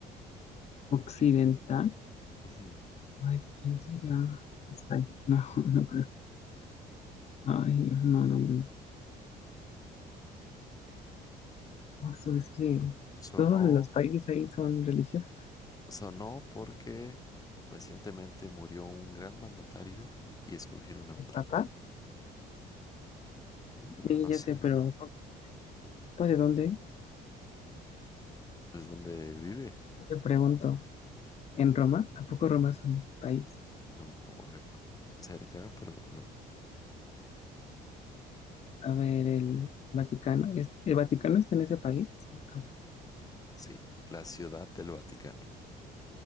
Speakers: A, on the left; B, on the left.
A: occidental.
B: <laughs> Ujú.
A: Ay, ¿quién será? España. No, <laughs> no creo. Ay, no, no, no. Oso, es que
B: Sonó,
A: todos los países ahí son religiosos.
B: sonó porque recientemente murió un gran mandatario y escogieron a otro.
A: ¿El Papa?
B: Mm.
A: Sí,
B: No
A: ya
B: sé,
A: sé, pero ¿a ¿papá de dónde es?
B: pues dónde vive.
A: Yo te pregunto, ¿en Roma? ¿A poco Roma es un país?
B: No, o sea, cerca, pero no.
A: A ver, el Vaticano, ¿es- ¿el Vaticano está en ese país? Sí, cabrón.
B: Sí, la Ciudad del Vaticano.